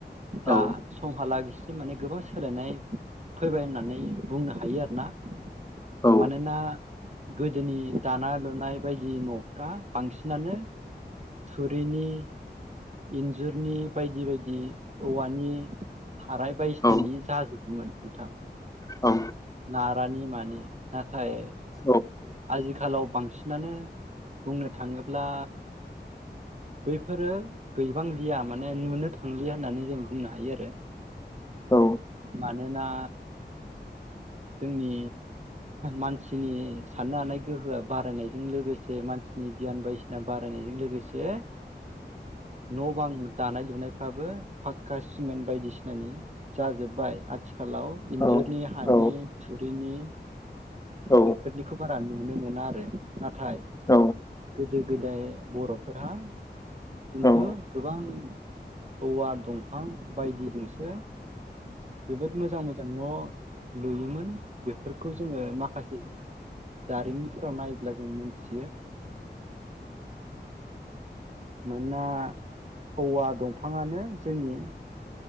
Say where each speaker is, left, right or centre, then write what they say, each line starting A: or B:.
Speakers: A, on the right (about 40°); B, on the left (about 20°).
A: दा
B: औ
A: समहालागि माने गोबां सोलायनाय फैबाय होननानै बुंनो हायो आरो ना।
B: औ
A: मानोना गोदोनि दानाय लुनाय बायदि न फ्रा बांसिनानो थुरिनि इन्जुरनि बायदि बायदि औवानि थाराय बायदिसिनानि
B: औ
A: जाजोबोमोन। नोंथां
B: औ
A: नारानि मानि नाथाय
B: औ
A: आजिखालाव बांसिनानो बुंनो थांङोब्ला बैफोरो गैबांलिया माने नुनो थांलिया होननानै जों बुंनो हायो आरो।
B: औ
A: मानोना जोंनि मानसिनि साननो हानाय गोहोआ बारायनायजों लोगोसे मानसिनि गियान बायदिसिना बारायनायजों लोगोसे न बां दानाय लुनाय बायदिफ्राबो फाक्का सिमेन्ट बायदिसिनानि जाजोब्बाय आथिखाल लाव
B: औ
A: इन्जुरनि हानि थुरिनि
B: औ
A: बेफोरनिखौ बारा नु नुनो मोना आरो। नाथाय
B: औ
A: गोदो गोदाय बर'फोर हा खिन्थु
B: औ
A: गोबां औवा दंफां बायदिजों <unintelligible> जोबोद मोजां मोजां न'। लुयोमोन। उ <inaudible> बेफोरखौ जोङो माखासे जारिमिनफोराव नायोब्ला जों मोन <unintelligible> मानोना औवा दंफाङानो जोंनि